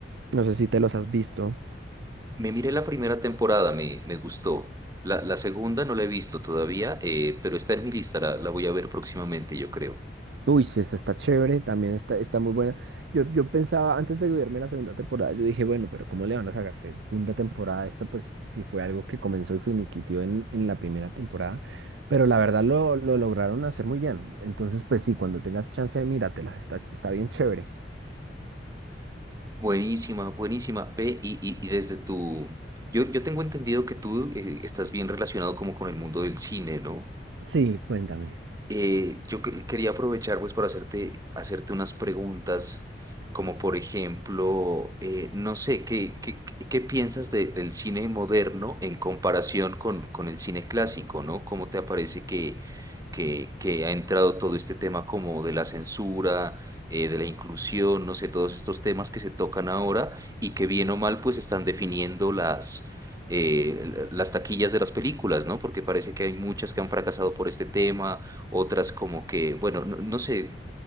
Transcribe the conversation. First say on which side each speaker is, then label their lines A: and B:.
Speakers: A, on the right; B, on the right.
A: No sé si te los has visto.
B: Me miré la primera temporada, me, me gustó. La, la segunda no la he visto todavía, eh, pero está en mi lista, la, la voy a ver próximamente, yo creo.
A: Uy, sí, esta está chévere, también está, está muy buena. Yo, yo pensaba, antes de verme la segunda temporada, yo dije, bueno, pero ¿cómo le van a sacar segunda temporada a esta? Pues si fue algo que comenzó y finiquitió en, en la primera temporada. Pero la verdad lo, lo lograron hacer muy bien. Entonces, pues sí, cuando tengas chance, míratela, está, está bien chévere.
B: Buenísima, buenísima. Ve, y, y, y desde tu... Yo, yo tengo entendido que tú eh, estás bien relacionado como con el mundo del cine, ¿no?
A: Sí, cuéntame.
B: Eh, yo que- quería aprovechar pues para hacerte, hacerte unas preguntas, como por ejemplo, eh, no sé, ¿qué, qué, qué- qué piensas de- del cine moderno en comparación con, con el cine clásico, ¿no? ¿Cómo te parece que, que, que ha entrado todo este tema como de la censura, eh, de la inclusión, no sé, todos estos temas que se tocan ahora y que bien o mal pues están definiendo las eh, las taquillas de las películas, ¿no? Porque parece que hay muchas que han fracasado por este tema otras como que, bueno, no, no sé,